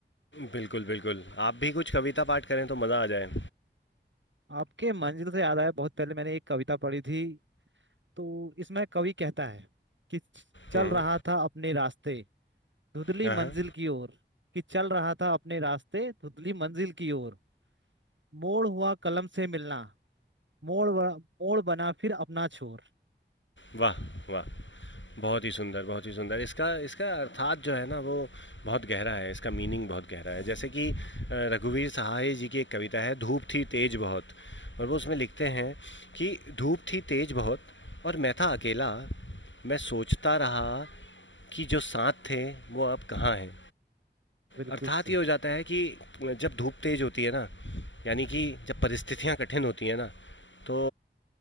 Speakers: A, on the left (about 80°); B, on the right (about 80°).
A: बिल्कुल बिल्कुल आप भी कुछ कविता पाठ करें तो मज़ा आ जाए
B: आपके मंजिल से याद आया बहुत पहले मैंने एक कविता पढ़ी थी तो इसमें कवि कहता है कि चल
A: हम्म,
B: रहा था अपने रास्ते धुंधली
A: हाँ
B: मंजिल
A: हाँ।
B: की ओर कि चल रहा था अपने रास्ते धुंधली मंजिल की ओर मोड़ हुआ कलम से मिलना मोड़ ब- मोड़ बना फिर अपना छोर
A: वाह वाह बहुत ही सुंदर, बहुत ही सुंदर। इसका इसका अर्थात जो है ना वो बहुत गहरा है, इसका मीनिंग बहुत गहरा है। जैसे कि अ, रघुवीर सहाय जी की एक कविता है धूप थी तेज बहुत और वो उसमें लिखते हैं कि धूप थी तेज बहुत और मैं था अकेला, मैं सोचता रहा कि जो साथ थे वो अब कहाँ हैं।
B: बिल्कुल
A: अर्थात
B: सही
A: ये हो जाता है कि जब धूप तेज होती है ना यानी कि जब परिस्थितियाँ कठिन होती हैं ना तो